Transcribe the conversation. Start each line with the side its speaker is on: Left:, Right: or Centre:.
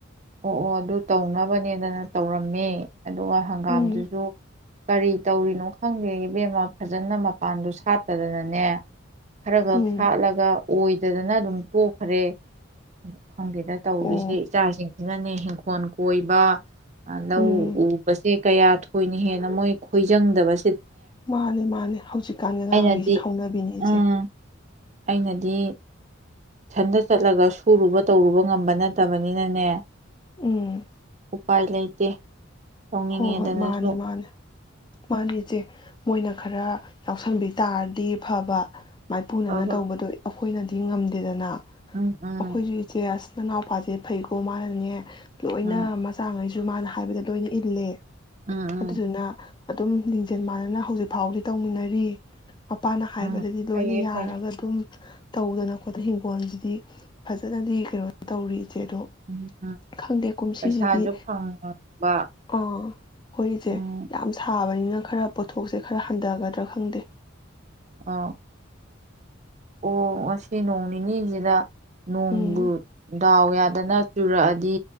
Right: ꯑꯣ ꯑꯣ ꯑꯗꯨ ꯇꯧꯅꯕꯅꯦꯗꯅ ꯇꯧꯔꯝꯃꯦ ꯑꯗꯨꯒ ꯍꯪꯒꯥꯝꯗꯨꯖꯨ
Left: ꯎꯝ
Right: ꯀꯔꯤ ꯇꯧꯔꯤꯅꯣ ꯈꯪꯗꯦ ꯏꯕꯦꯝꯃ ꯐꯖꯅ ꯃꯄꯥꯟꯗꯨ ꯁꯥꯠꯇꯗꯅꯅꯦ ꯈꯔ ꯒꯛ
Left: ꯎꯝ
Right: ꯁꯥꯠꯂꯒ ꯑꯣꯏꯗꯗꯅ ꯑꯗꯨꯝ ꯇꯣꯛꯈ꯭ꯔꯦ ꯑ ꯈꯪꯗꯦꯗ ꯇꯧꯔꯤꯁꯦ
Left: ꯑꯣ
Right: ꯏꯆꯥꯁꯤꯡ ꯁꯤꯅꯅꯦ ꯍꯤꯡꯒꫭꯜ ꯀꯣꯏꯕ ꯂꯧ
Left: ꯎꯝ
Right: ꯎ ꯄꯁꯦ ꯀꯌꯥ ꯊꯣꯏꯅ ꯍꯦꯟꯅ ꯃꯣꯏ ꯈꯣꯏꯖꯪꯗꯕ
Left: ꯃꯥꯅꯦ ꯃꯥꯅꯦ ꯍꯧꯖꯤꯛꯀꯥꯟꯒꯤ ꯑꯉꯥꯡꯉꯩꯁꯤꯦ
Right: ꯑꯩꯅꯗꯤ
Left: ꯍꯧꯅꯕꯤꯅꯤ ꯏꯆꯦ
Right: ꯎꯝ ꯑꯩꯅꯗꯤ ꯁꯟꯗ ꯆꯠꯂꯒ ꯁꯨꯔꯨꯕ ꯇꯧꯔꯨꯕ ꯉꯝꯕ ꯅꯠꯇꯕꯅꯤꯅꯅꯦ ꯑ
Left: ꯎꯝ
Right: ꯎꯄꯥꯏ ꯂꯩꯇꯦ ꯇꯧꯅꯤꯡꯉꯦꯗꯅꯁꯨ
Left: ꯍꯣꯏ ꯍꯣꯏ ꯃꯥꯅꯦ ꯃꯥꯅꯦ ꯃꯥꯅꯤ ꯏꯆꯦ ꯃꯣꯏꯅ ꯈꯔ ꯌꯥꯎꯁꯟꯕꯤ ꯇꯥꯔꯗꯤ ꯐꯕ ꯃꯥꯏꯄꯨꯅꯅ
Right: ꯑꯕ
Left: ꯇꯧꯕꯗꯣ ꯑꯩꯈꯣꯏꯅꯗꯤ ꯉꯝꯗꯦꯗꯅ ꯑꯩꯈꯣꯏꯁꯨ
Right: ꯎꯝ ꯎꯝ
Left: ꯏꯇꯤꯍꯥꯁ ꯅꯅꯥꯎꯄꯥꯁꯦ ꯐꯩꯀꯣ ꯃꯥꯅꯅꯦ ꯂꯣꯏꯅ
Right: ꯎꯝ
Left: ꯃꯆꯥꯉꯩꯁꯨ ꯁꯨ ꯃꯥꯅ ꯍꯥꯏꯕꯗ ꯂꯣꯏꯅꯤ ꯏꯂꯦ
Right: ꯎꯝ ꯎꯝ
Left: ꯑꯗꯨꯗꯨꯅ ꯑꯗꯨꯝ ꯂꯤꯡꯖꯦꯜ ꯃꯥꯟꯅꯅ ꯍꯧꯖꯤꯛ ꯐꯥꯎꯗꯤ ꯇꯧꯃꯤꯟꯅꯔꯤ ꯃꯄꯥꯅ ꯍꯥꯏꯕꯗꯗꯤ
Right: ꯎꯝ
Left: ꯂꯣꯏꯅ
Right: ꯐꯩꯌꯦ
Left: ꯌꯥꯔꯒ
Right: ꯐꯩꯌꯦ
Left: ꯑꯗꯨꯝ ꯇꯧꯗꯅ ꯈꯣꯠꯇꯅ ꯍꯤꯡꯒꯣꯜꯁꯤꯗꯤ ꯐꯖꯅꯗꯤ ꯀꯩꯅꯣ ꯇꯧꯔꯤ ꯏꯆꯦ ꯑꯗꯣ
Right: ꯎꯝ ꯎꯝ
Left: ꯈꯪꯗꯦ ꯀꯨꯝꯁꯤꯁꯤꯗꯤ
Right: ꯄꯩꯁꯥꯁꯨ ꯐꯪꯕ
Left: ꯑꯥ ꯑꯩꯈꯣꯏꯁꯦ
Right: ꯎꯝ
Left: ꯌꯥꯝ ꯁꯥꯕꯅꯤꯅ ꯈꯔ ꯄꯣꯠꯊꯣꯛꯁꯦ ꯈꯔ ꯍꯟꯊꯒꯗ꯭ꯔꯥ ꯈꯪꯗꯦ
Right: ꯑ ꯑꯣ ꯉꯁꯤ ꯅꯣꯡ ꯅꯤꯅꯤꯁꯤꯗ ꯅꯣꯡꯕꯨꯨ
Left: ꯎꯝ
Right: ꯎꯌꯥ ꯐꯗꯅ ꯆꯨꯔꯛꯑꯗꯤ